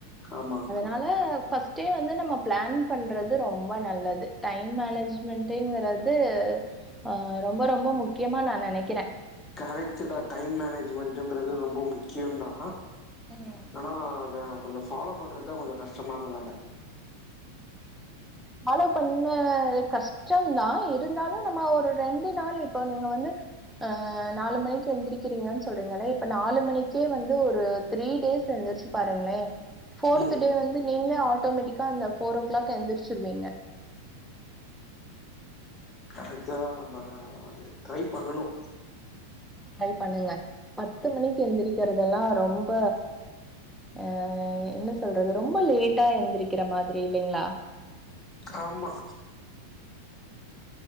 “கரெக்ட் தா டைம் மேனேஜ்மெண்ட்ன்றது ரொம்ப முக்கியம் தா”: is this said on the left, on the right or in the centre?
Left